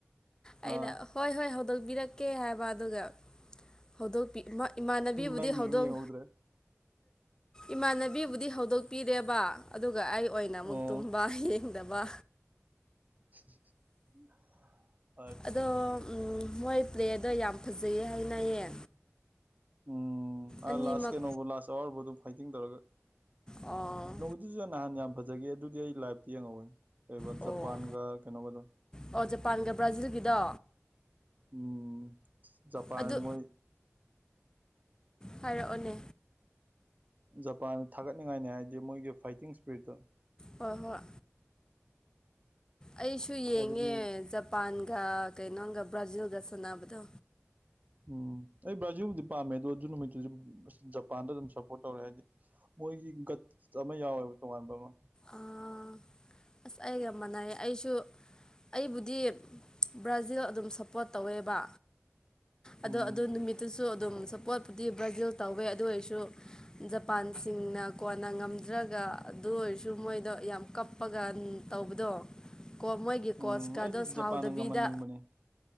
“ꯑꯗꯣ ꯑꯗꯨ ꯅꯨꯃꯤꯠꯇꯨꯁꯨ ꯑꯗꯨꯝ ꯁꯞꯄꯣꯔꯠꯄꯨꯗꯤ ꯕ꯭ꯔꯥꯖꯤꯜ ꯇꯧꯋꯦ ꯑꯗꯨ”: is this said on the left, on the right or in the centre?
Left